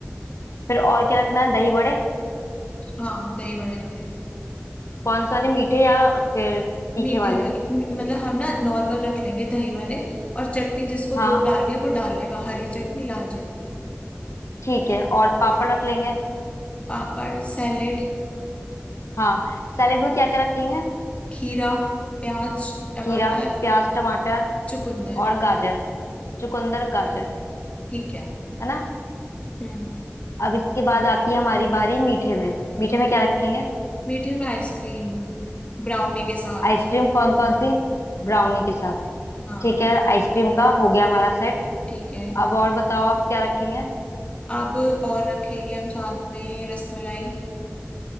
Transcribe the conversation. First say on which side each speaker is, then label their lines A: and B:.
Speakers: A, on the left; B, on the left.
A: फिर और क्या रखना है दही बड़े
B: हाँ दही बड़े रख लो
A: कौन से वाले मीठे या फिर तीखे
B: मीठे
A: वाले
B: वाले मी- मतलब हम ना नॉर्मल रख लेंगे दही वाले और चटनी जिसको
A: हाँ
B: जो डालनी है वो डाल लेगा हरी चटनी लाल चटनी
A: ठीक है और पापड़ रख लेंगे
B: पापड़ सैलेड
A: हाँ सैलेड में क्या क्या रखेंगे
B: खीरा प्याज टमाटर
A: खीरा प्याज टमाटर
B: चुकंदर
A: और गाजर चुकंदर गाजर
B: ठीक है
A: है ना
B: हम्म
A: अब इसके बाद आती है हमारी बारी मीठे में मीठे में क्या रखेंगे
B: मीठे में आइसक्रीम ब्राउनी के साथ
A: आइसक्रीम कौन कौन सी ब्राउनी के साथ
B: हाँ
A: ठीक है आइसक्रीम का हो गया हमारा सेट
B: ठीक है
A: अब और बताओ आप क्या रखेंगे
B: अब और रखेंगे हम साथ में रसमलाई